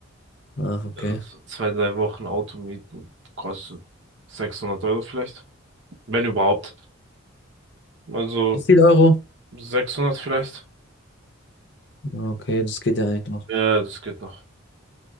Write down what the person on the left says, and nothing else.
Ah, okay.
Wie viel Euro?
Ah, Okay, das geht ja eigentlich noch.